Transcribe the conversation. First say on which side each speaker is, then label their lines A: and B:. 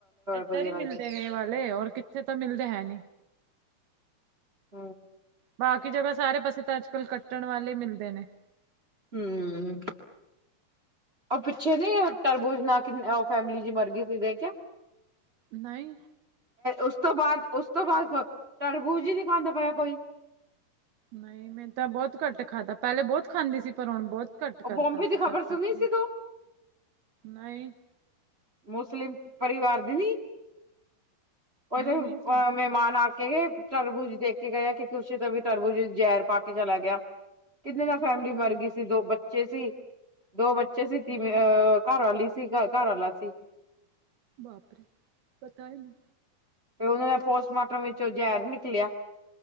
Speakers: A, on the right; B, on the right.
A: ਇੱਧਰ
B: ਵਧੀਆ
A: ਹੀ ਮਿਲਦੇ
B: ਲੱਗਦੇ
A: ਨੇ ਏ ਵਾਲੇ, ਔਰ ਕਿੱਥੇ ਤਾਂ ਮਿਲਦੇ ਹੈ ਨੀ।
B: ਹਾਂ
A: ਬਾਕੀ ਜਗ੍ਹਾ ਸਾਰੇ ਪਾਸੇ ਤਾਂ, ਅੱਜ-ਕੱਲ ਕੱਟਣ ਵਾਲੇ ਹੀ ਮਿਲਦੇ ਨੇ।
B: ਹੂੰ, ਉਹ ਪਿੱਛੇ ਨੀ, ਟਰਬੂਜ ਨਾਲ ਕਿ, ਫੈਮਿਲੀ ਜ ਮਰ ਗਈ ਸੀ, ਦੇਖਿਆ?
A: ਨਹੀਂ।
B: ਉਸ ਤੋਂ ਬਾਅਦ ਉਸ ਤੋਂ ਬਾਅਦ ਤਰਬੂਜ ਹੀ ਨਹੀ ਖਾਂਦਾ ਪਿਆ ਕੋਈ
A: ਨਹੀਂ ਮੈਂ ਤਾਂ ਬਹੁਤ ਘੱਟ ਖਾਧਾ ਪਹਿਲੇ ਬਹੁਤ ਖਾਂਦੀ ਸੀ ਪਰ ਹੁਣ ਬਹੁਤ ਘੱਟ ਕਰਤਾ
B: ਉਹ ਬੋਮਬੇ ਦੀ
A: ਸੀ ਤਾਂ
B: ਖਬਰ
A: ਖਾਂਦੇ
B: ਸੁਣੀ ਸੀ
A: ਨੀ।
B: ਤੂੰ
A: ਨਹੀਂ
B: ਮੁਸਲੀਮ ਪਰਿਵਾਰ ਦੀ ਨੀ ਉਹ
A: ਨਹੀਂ, ਨਹੀਂ ਸੁਣੀ
B: ਮਹਿਮਾਨ ਆਕੇ ਗਏ, ਤਰਬੁਜ ਦੇਕੇ ਗਏ, ਕਿਉਂਕਿ ਉਸੇ ਤਾਂ ਵੀ ਤਰਬੂਜ ਜਹਿਰ ਪਾਕੇ ਚਲਾ ਗਿਆ। ਕਿੰਨੇ ਨਾਲ ਫੈਮਿਲੀ ਮਰ ਗਈ ਸੀ, ਦੋ ਬੱਚੇ ਸੀ। ਦੋ ਬੱਚੇ ਸੀ, ਤੀਂ,
A: ਹਾਂ
B: ਅਹ, ਘਰਵਾਲੀ ਸੀ, ਘ ਘਰਵਾਲਾ ਸੀ।
A: ਬਾਪ ਰੇ! ਪਤਾ ਹੈ, ਨੈ
B: ਫਿਰ ਉਹਨਾਂ ਦਾ ਪੋਸਟਮਾਰਟਮ ਵਿੱਚ ਓਹ ਜ਼ਹਿਰ ਨਿਕਲਿਆ।